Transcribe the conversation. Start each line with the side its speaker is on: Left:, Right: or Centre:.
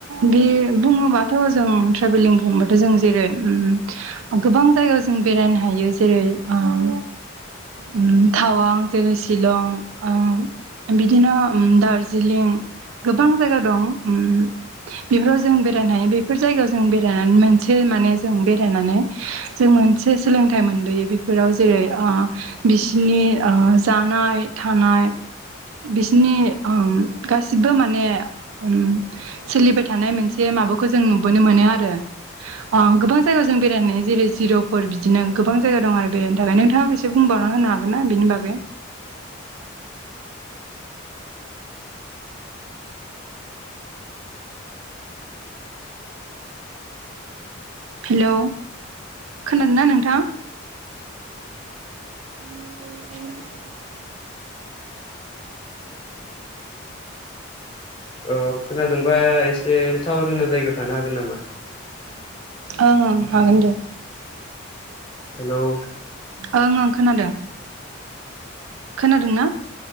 Right: बे बुङोबाथ' जों ट्रेभेलिं बुङोबाथ' जों जेरै ओम गोबां जायगायाव जों बेरायनो हायो जेरै ओम ओम थावां जेरै सिलं ओम बिदिनो दार्जिलिं गोबां जायगा दं ओ बेफोराव जों बेरायनो हायो बेफोर जायगायाव जों बेरायनानै मोनसे माने जों बेरायनानै जों मोनसे सोलोंथाइ मोनबोयो बेफोराव जेरै आ बिसोरनि ओ जानाय थानाय बिसोरनि ओम गासैबो माने ओम सोलिबाय थानाय मोनसे माबाखौ जों नुबोनो मोनो आरो अ गोबां जायगायाव जों बेरायनाय जेरै जिर' फर बिदिनो गोबां जायगा दं आरो बेरायनो थाखाय नोंथाङा बेसेबां एसे बुंबावना होनो हागोन ना बेनि बागै हेलौ खोनादों ना नोंथां <unintelligible>
Left: औ खोनादोंबा एसे टावार गोनां जायगायाव थानो हागोन नामा
Right: ओं ओं हागोन दे
Left: हेल
Right: ओंओं खोनादों खोनादों ना